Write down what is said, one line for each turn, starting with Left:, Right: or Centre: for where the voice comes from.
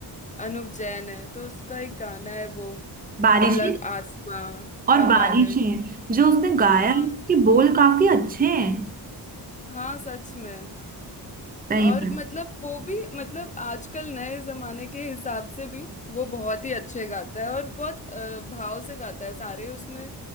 Left: अनुप जैन है तो उसका एक गाना है वो
Right: बारिशें
Left: अलग आसमां
Right: और
Left: और
Right: बारिशें
Left: बारिश
Right: जो उसने गाया
Left: हाँ
Right: है उसके बोल काफी अच्छे हैं
Left: हाँ सच में
Right: सही
Left: और
Right: बात
Left: मतलब वो भी मतलब आजकल नए जमाने के हिसाब से भी वो बहुत ही अच्छे गाता है और बहुत अ, भाव से गाता है सारे उसमें